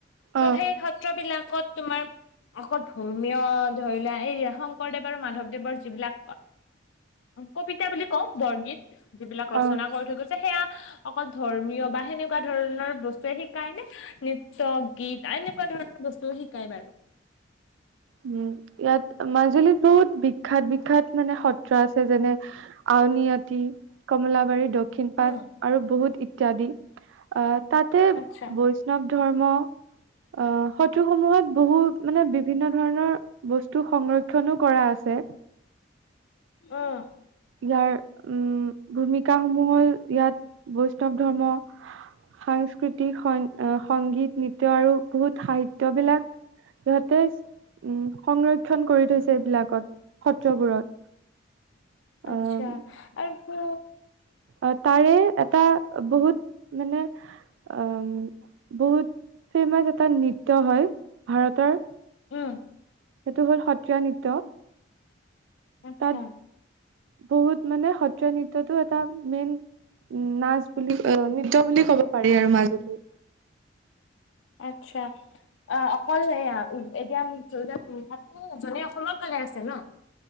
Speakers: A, on the left (about 85°); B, on the right (about 75°).
A: ত'
B: অ
A: সেই সত্ৰ বিলাকত তোমাৰ অকল ধৰ্মীয় ধৰিলা এই শংকৰদেৱ আৰু মাধৱদেৱৰ যিবিলাক কবিতা অ' বৰগীত যিবিলাক ৰচনা
B: অ
A: কৰি থৈ গৈছে সেয়া অকল ধৰ্মীয় বা সেনেকুৱা ধৰণৰ বস্তুৱে শিকায় নে নৃত্য-গীত এনেকুৱা ধৰণৰ বস্তুৱে শিকায় বাৰু
B: উম, ইয়াত মাজুলীত বহুত বিখ্যাত, বিখ্যাত মানে সত্ৰ আছে যেনে, আউনীআটী কমলাবাৰী, দক্ষিণ পাট
A: উম
B: আৰু বহুতো ইত্যাদি ইত্যাদি। অ'তাতে
A: আচ্ছা
B: বৈষ্ণৱ ধৰ্ম অ' সত্ৰসমূহত বহু মানে বিভিন্ন ধৰণৰ বস্তু সংৰক্ষণো কৰা আছে।
A: অ'।
B: ইয়াৰ উম ভূমিকা সমূহ হ'ল ইয়াত বৈষ্ণৱ ধৰ্ম সাংস্কৃতিক আহ সংগীত নৃত্য আৰু বহুত সাহিত্যবিলাক সিহঁতে উ সংৰক্ষণ কৰি থৈছে এইবিলাকত সত্ৰবোৰত।
A: আচ্ছা
B: আহ
A: আৰু
B: অঁ, তাৰে এটা বহুত মানে উ, বহুত ফেমাচ এটা নৃত্য হয় ভাৰতৰ
A: উম।
B: সেইটো হ'ল সত্ৰীয়া নৃত্য।
A: আচ্ছা।
B: তাত বহুত মানে সত্ৰীয়া নৃত্যয়টো এটা মেইন নাচ বুলি নৃত্য বুলি ক'ব পাৰি আৰু মাজুলীৰ।
A: আচ্ছা অ' অকল এয়া এতিয়া ধৰি লোৱা <unintelligible> অসমৰ ভাল আছে ন'